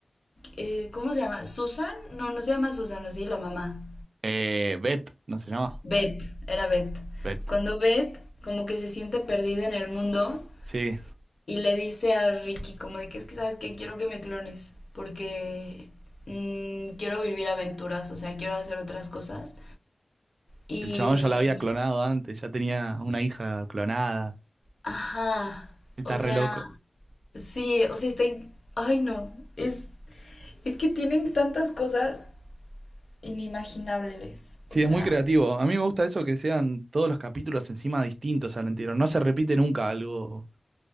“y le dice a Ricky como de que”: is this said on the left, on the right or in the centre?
Left